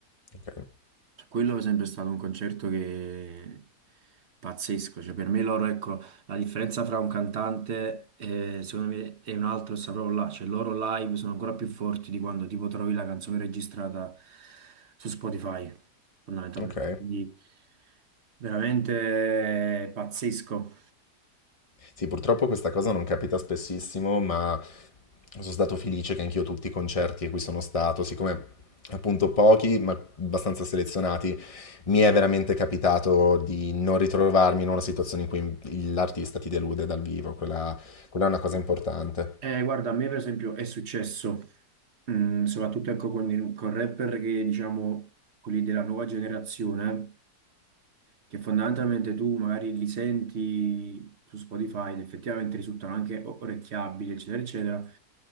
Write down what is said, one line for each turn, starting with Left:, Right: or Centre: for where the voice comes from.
Left: Ok,
Right: Cioè, Quello è sempre stato un concerto che pazzesco, cioè per me loro, ecco, la differenza fra un cantante e, secondo me e un altro sta proprio là, cioè loro live sono ancora più forti di quando tipo trovi la canzone registrata su Spotify, fondamentalmente,
Left: ok.
Right: quindi veramente pazzesco.
Left: Sì, purtroppo questa cosa non capita spessissimo, ma sono stato felice che anch'io tutti i concerti a cui sono stato, siccome appunto pochi, ma abbastanza selezionati, mi è veramente capitato di non ritrovarmi in una situazione in cui l'artista ti delude dal vivo, quella, quella è una cosa importante.
Right: Eh, guarda, a me per esempio è successo, mm, soprattutto ecco con, il- con rapper che diciamo quelli della nuova generazione. che fondamentalmente tu magari li senti su Spotify ed effettivamente risultano anche o- orecchiabili, eccetera, eccetera.